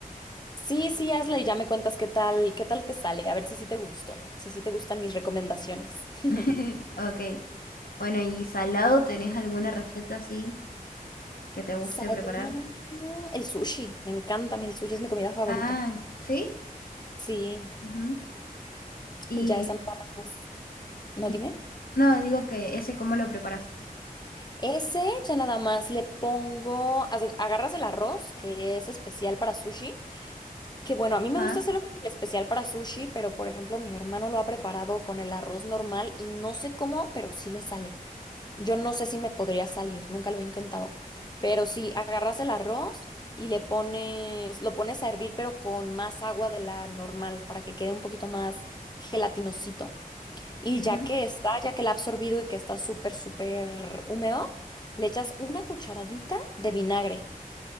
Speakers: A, on the left; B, on the left.
A: Sí, sí, hazla y ya me cuentas qué tal, qué tal te sale. A ver si sí te gustó, si sí te gustan mis recomendaciones. <laughs>
B: <laughs> Ok. Bueno, ¿y salado tenés alguna receta así que te guste
A: Salía
B: preparar?
A: el sushi. Me encanta a mí el sushi, es mi comida favorita.
B: Ah, ¿sí?
A: Sí,
B: Ujú. Y,
A: y ya esa nada más. No,
B: y-
A: dime.
B: no, digo que ese cómo lo preparas.
A: Ese ya nada más le pongo, hace- agarras el arroz, que es especial para sushi, que bueno, a mí
B: Ajá.
A: me gusta hacerlo con el especial para sushi, pero por ejemplo mi hermano lo ha preparado con el arroz normal y no sé cómo, pero sí le sale. Yo no sé si me podría salir, nunca lo he intentado, pero si agarras el arroz y le pones, lo pones a hervir, pero con más agua de la normal para que quede un poquito más gelatinosito. Y
B: ujú.
A: ya que está, ya que la ha absorbido y que está súper, súper húmedo, le echas una cucharadita de vinagre.